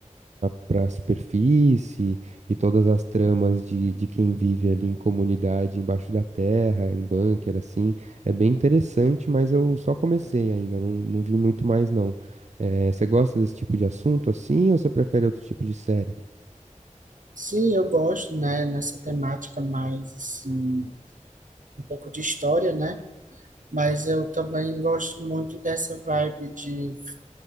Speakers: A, on the right; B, on the right.
A: para a superfície e todas as tramas de, de quem vive ali em comunidade embaixo da terra, em bunker, assim. É bem interessante, mas eu só comecei ainda, não, não vi muito mais não. Eh, você gosta desse tipo de assunto assim ou você prefere outro tipo de série?
B: Sim, eu gosto, né, nessa temática mais, assim, um pouco de história, né? Mas eu também gosto muito dessa vibe de